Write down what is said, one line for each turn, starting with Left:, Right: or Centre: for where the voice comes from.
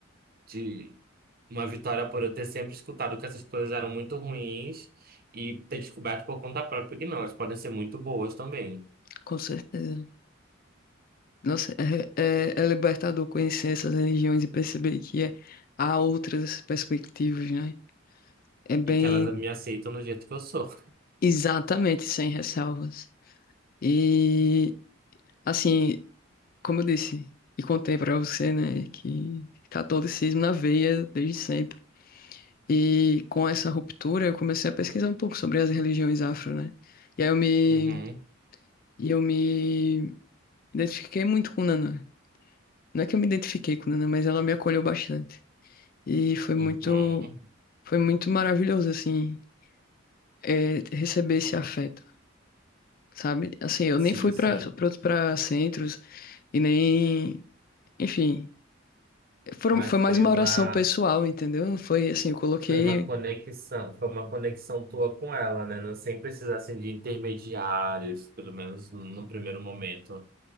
Right: de uma vitória por eu ter sempre escutado que essas coisas eram muito ruins e ter descoberto por conta própria que não, elas podem ser muito boas também.
Left: com certeza. Nossa, é, é, é libertador conhecer essas religiões e perceber que é, há outras perspectivas, né? É bem
Right: E que elas me aceitam do jeito que eu sou.
Left: Exatamente, sem ressalvas. E, assim, como eu disse e contei pra você, né, que catolicismo na veia desde sempre. E com essa ruptura, eu comecei a pesquisar um pouco sobre as religiões afro, né? E aí eu me,
Right: Uhum,
Left: e eu me identifiquei muito com Nana. Não é que eu me identifiquei com Nana, mas ela me acolheu bastante. E foi
Right: uhum.
Left: muito, foi muito maravilhoso, assim, é, receber esse afeto. Sabe? Assim, eu
Right: Sim,
Left: nem fui
Right: sim.
Left: para para centros E nem. Enfim, foram,
Right: Mas
Left: foi
Right: foi
Left: mais uma
Right: uma,
Left: oração pessoal, entendeu? Foi assim, eu coloquei.
Right: foi uma conexão, foi uma conexão tua com ela, né? Não, sem precisar assim, de intermediários, pelo menos no primeiro momento.